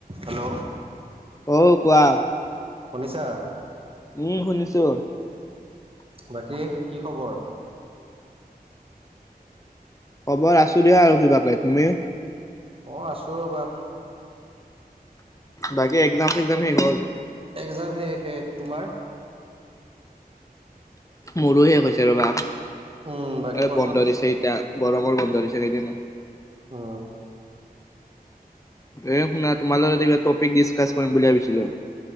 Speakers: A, on the right; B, on the left.
A: Hello
B: অ কোৱা
A: শুনিছা
B: উম শুনিছো
A: বাকী কি খবৰ
B: খবৰ আছো দিয়া আৰু কিবাকে তুমি
A: মই আছো ৰবা
B: বাকী এক্সজাম চেক্সজাম শেষ হ'ল
A: এক্সজাম শেষ শেষ তোমাৰ
B: মোৰো শেষ হৈছে ৰ'বা
A: উম, বাকী
B: এ
A: কোৱাচোন
B: বন্ধ দিছে এতিয়া গৰমৰ বন্ধ দিছে কেইদিন মান
A: অ
B: এ শুনা তোমাৰ লগত আজি কিবা টপিক ডিছকাছ কৰিম বুলি ভাবিছিলো